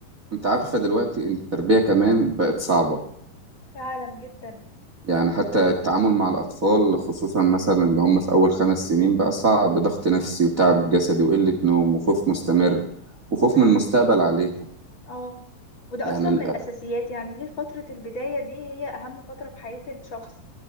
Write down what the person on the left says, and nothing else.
فعلا جدا
مم.
اه وده
اصلا من
الاساسيات يعني دي فترة البداية دي هي اهم فترة في حياة الشخص